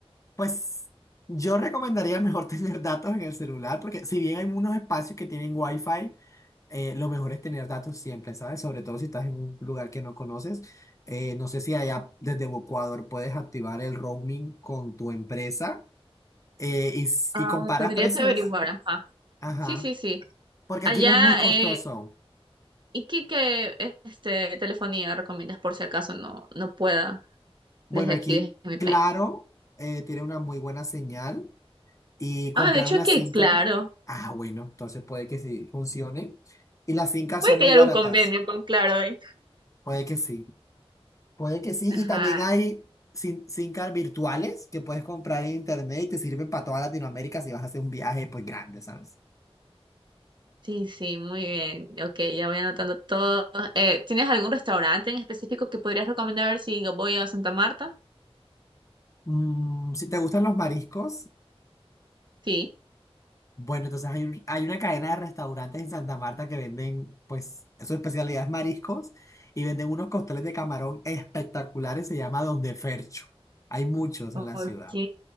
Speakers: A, on the left (about 30°); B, on the right (about 50°).
A: Pues yo recomendaría mejor <laughs> tener datos en el celular, porque si bien hay unos espacios que tienen wifi, eh, lo mejor es tener datos siempre, ¿sabes? Sobre todo si estás en un lugar que no conoces. Eh, no sé si allá desde Ecuador puedes activar el roaming con tu empresa eh, y, s-
B: Ah,
A: y comparas
B: tendría
A: precios.
B: que averiguar, ajá.
A: Ajá.
B: Sí, sí, sí.
A: Porque
B: Allá,
A: aquí no es muy costoso.
B: eh, ¿y qué, qué, este, telefonía recomiendas por si acaso no, no pueda
A: Bueno,
B: desde
A: aquí,
B: aquí, desde mi
A: claro,
B: país?
A: eh, tiene una muy buena señal y comprar
B: Ah, de hecho
A: una
B: que
A: SIM
B: Claro.
A: card. Ah, bueno, entonces puede que sí funcione. Y las SIM cards
B: Puede
A: son
B: que
A: muy
B: haya
A: baratas.
B: algún convenio con Claro ahí.
A: Puede que sí. Puede que sí.
B: Ajá.
A: Y también hay SIM, SIM card virtuales que puedes comprar en internet y te sirven para toda Latinoamérica si vas a hacer un viaje pues grande, ¿sabes?
B: Sí, sí, muy bien. Ok, ya voy anotando todo. Eh, ¿tienes algún restaurante en específico que podrías recomendar si voy a Santa Marta?
A: Mm, si te gustan los mariscos.
B: Sí.
A: Bueno, entonces hay, un- hay una cadena de restaurantes en Santa Marta que venden, pues, su especialidad es mariscos y venden unos costeles de camarón espectaculares, se llama Don de Fercho. Hay muchos
B: Ok,
A: en la ciudad.